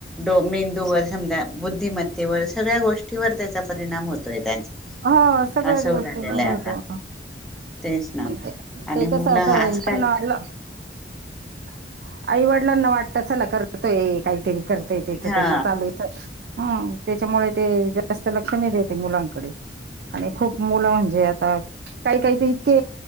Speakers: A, in the centre; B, on the right.
A: ड मेंदूवर समजा बुद्धिमत्तेवर सगळ्या गोष्टीवर त्याचा परिणाम होतोय त्यांचा
B: हा सगळ्याच
A: असं
B: गोष्टींवर
A: झालेलं आहे
B: होतो
A: आता तेच ना
B: पण ते
A: आणि
B: ते
A: मुलं
B: कस <unintelligible>
A: आजकाल
B: आईवडिलांना वाटत चला करतोय काहीतरी करतोय त्याच
A: हा
B: त्याच चालूये तर हम त्याच्यामुळे ते जास्त लक्ष नाही देते मुलांकडे आणि खूप मुलं म्हणजे आता काही काही इतके